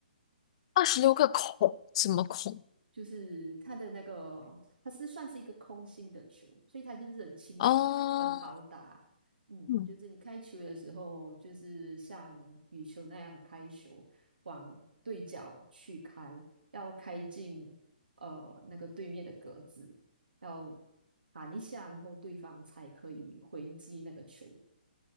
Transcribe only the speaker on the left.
二十六个孔，什么孔？
哦，
嗯，